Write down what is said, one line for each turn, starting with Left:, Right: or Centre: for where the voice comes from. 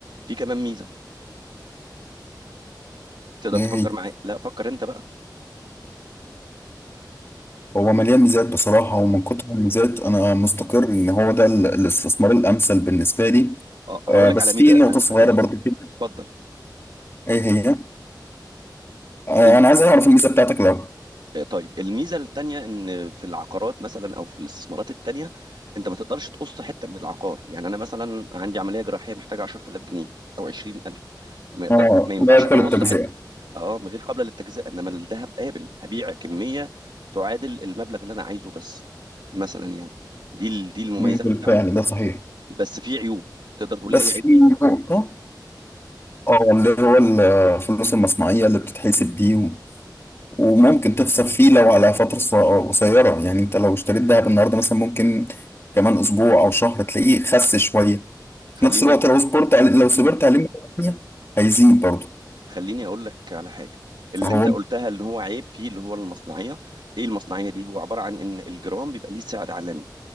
Right: في كمان ميزه تقدر
Left: ايه
Right: تفكر
Left: هي
Right: معايا لا فكر انت بقى
Left: هو مليان ميزات بصراحة ومن كتر الميزات أنا مستقر إن هو ده ال- الاستثمار الأمثل بالنسبة لي
Right: اه هقول
Left: آه
Right: لك
Left: بس
Right: على ميزه
Left: في نقطة
Right: انا هقول
Left: صغيرة
Right: لك على ميزه
Left: برضو كده
Right: اتفضل
Left: إيه هي؟ آه
Right: الم...
Left: أنا عايز أعرف الميزة بتاعتك الأول
Right: آه، طيب الميزه التانيه ان في العقارات مثلا او في الاستثمارات التانيه انت ما تقدرش تقص حته من العقار يعني انا مثلا عندي عمليه جراحيه محتاجه 10000 جنيه او 20000 فما يقدر...
Left: آه
Right: ما ما ينفعش
Left: لا يأكل
Right: اقص
Left: التجزئة
Right: حته اه من غير قابله للتجزئه انما الذهب قابل هبيع كميه تعادل المبلغ اللي انا عايزه بس مثلا يعني دي ال... دي المميزات
Left: مم، بالفعل
Right: بتاعته
Left: ده صحيح
Right: بس في عيوب تقدر تقول
Left: بس
Right: لي اي عيب
Left: في
Right: فيه
Left: نقطة آه اللي هو الفلوس المصنعية اللي بتتحسب دي و- وممكن تخسر فيه لو على فترة ص- قصيرة يعني أنت لو اشتريت دهب النهاردة مثلا ممكن كمان أسبوع أو شهر تلاقيه خس شوية
Right: خليني
Left: في نفس الوقت لو صبرت عليه لو صبرت عليه مرة تانية هيزيد برضه
Right: خليني اقول لك على حاجه اللي
Left: فهو
Right: انت قلتها اللي هو عيب فيه اللي هو المصنعيه ايه المصنعيه دي هو عباره عن ان الجرام بيبقى ليه سعر عالمي